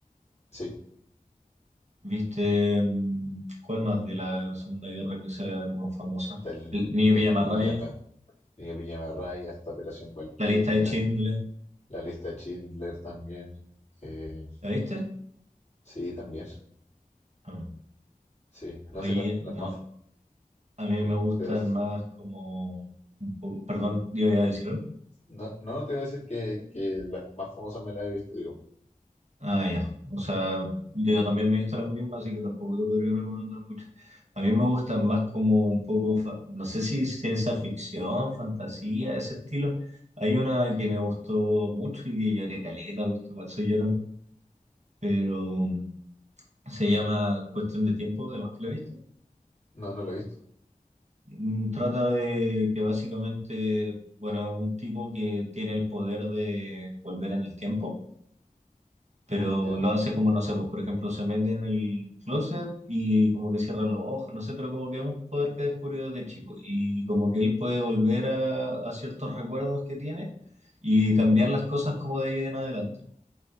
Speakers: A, on the left; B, on the right.
A: sí.
B: ¿Viste mm, cuál más de la Segunda Guerra que sea como famosa?
A: Está el,
B: El Niño
A: el niño
B: Raya,
A: pijama, niño pijama Raya, está Operación Valquiria,
B: La Lista de Schindler.
A: la lista de Schindler también. Eh,
B: ¿La viste?
A: sí, también.
B: Ah.
A: Sí, no
B: Oye,
A: sé, la- las
B: no,
A: más. fa-
B: a mí
A: como-
B: me gustan
A: te voy a decir-
B: más como un poco... Perdón, ¿yo iba a decir algo?
A: no, no te voy a decir que, que las más famosas me las he visto, digo.
B: Ah, ya. O sea, yo también me he visto las mismas, así que tampoco te podría recomendar mucho. A mí me gustan
A: Pero,
B: más como un poco, fa- no sé si ciencia ficción, fantasía, ese estilo. Hay una que me gustó mucho y que lloré caleta porque igual soy llorón, pero Se llama Cuestión de Tiempo, además que la viste.
A: no, no la he visto.
B: Mm, Trata de que básicamente, bueno, es un tipo que tiene el poder de volver en el tiempo, pero
A: Ya,
B: lo hace como, no sé, pues por ejemplo se mete en el closet y como que cierra los ojos, no sé, pero como que es un poder que descubrió desde chico y como que él puede volver a, a ciertos recuerdos que tiene y cambiar las cosas como de ahí en adelante.